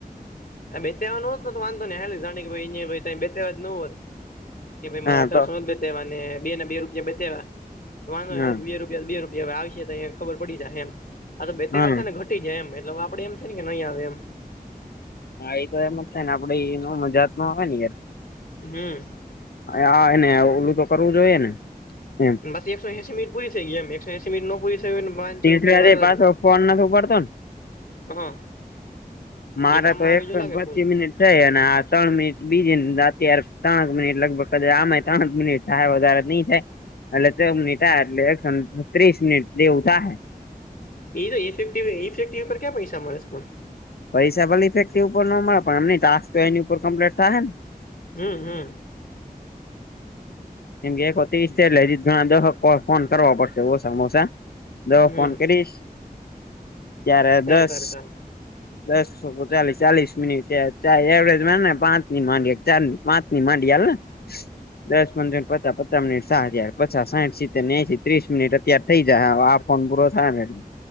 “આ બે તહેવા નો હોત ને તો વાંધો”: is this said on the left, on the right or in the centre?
Left